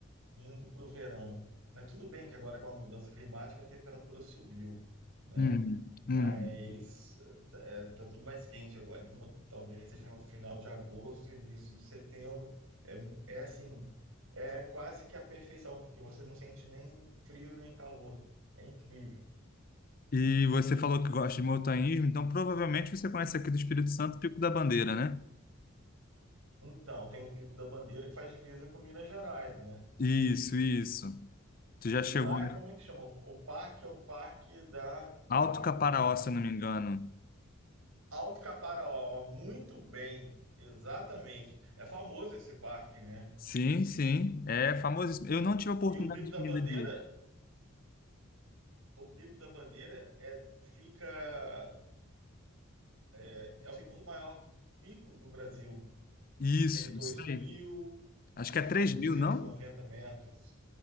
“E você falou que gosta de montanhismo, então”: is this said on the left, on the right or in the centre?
Left